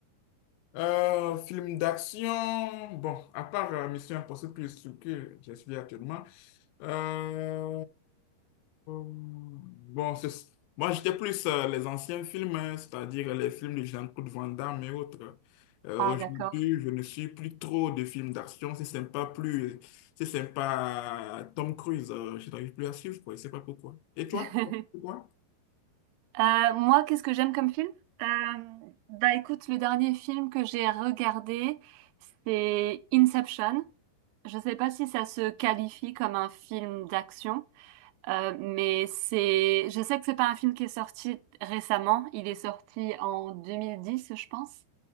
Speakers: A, on the left; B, on the right.
A: Euh, film d'action, bon, à part euh, Mission Impossible plus ce que j'ai suivi actuellement, euh, bon, c'est- moi j'étais plus euh, les anciens films, hein, c'est-à-dire les films de Jean-Claude Van Damme et autres. Euh,
B: Ah,
A: aujourd'hui,
B: d'accord.
A: je ne suis plus trop de films d'action, c'est sympa plus, c'est sympa euh, Tom Cruise, euh, je n'arrive plus à suivre, quoi, je sais pas pourquoi. Et toi?
B: <laughs>
A: Pourquoi?
B: Euh, moi, qu'est-ce que j'aime comme film? Euh, bah écoute, le dernier film que j'ai regardé, c'est Inception. Je ne sais pas si ça se qualifie comme un film d'action, euh, mais c'est, je sais que c'est pas un film qui est sorti récemment. Il est sorti en 2010, je pense,